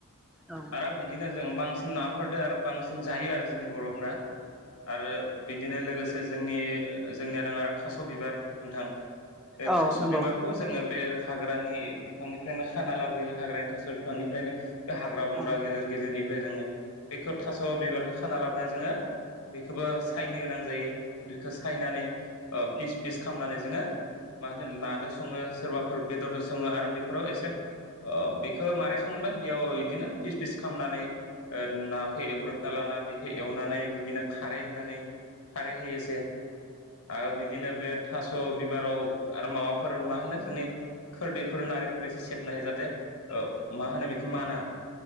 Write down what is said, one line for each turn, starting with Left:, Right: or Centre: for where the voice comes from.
Centre: औ
Left: आरो बिदिनो जों बांसिन नाफोरदो आरो बांसिन जायो आरो जोंनि बर'फोरा आरो बिदिनो लोगोसे जोंनि जोंनिया दङ आरो थास' बिबार नोंथां बे
Centre: औ
Left: थास'
Centre: नंगौ
Left: बिबारखौ जोङो बे हाग्रानि बिफांनिफ्रायनो खाना लाबोयो हाग्रानि थास' बिफांनिफ्रायनो बे हाग्रा बंग्रा
Centre: औ
Left: गेजेर गेजेरनिफ्राय जोङो बेखौ थास' बिबारखौ खाना लाबोनाय जोङो बेखौबो सायनो गोनां जायो बेखौ सायनानै। ओ पिस फिस खालामनानै जोङो मा होनो नादो सङो सोरबाफोर बेदरजों सङो आरो बे फोराव एसे बेखौ माबोरै संहबाय बेयाव बिदिनो फिस फिस खालामामनानै ओ नाखौ एवग्रोना लाना बेखौ एवनानै बिदिनो खारै होनानै खारै होयोसे आरो बिदिनो बे थास' बिबाराव आरो माबाफोर मा होनो जोंनि खोरदैफोर नारें फोर एसे सेबनो होयो जाहाथे मा होनो बेखौ माना